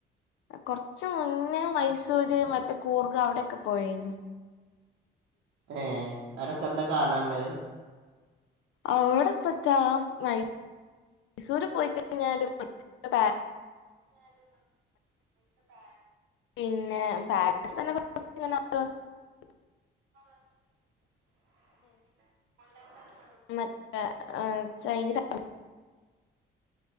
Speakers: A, on the left; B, on the right.
A: കൊറച്ച് മുന്നേ മൈസൂര് മറ്റേ കൂർഗ അവിടെ ഒക്കെ പോയേന്നു.
B: ഏ അവരൊക്കെ എന്താ കാണുള്ളൂ.
A: അടെപ്പാന്താ മൈസൂര് പോയിട്ട ഞൻ <unintelligible>
B: <inaudible> കാ
A: പിന്നെ <unintelligible> <inaudible>
B: മുണ്ടണ്ട.
A: മറ്റ ആ ചൈനീസ്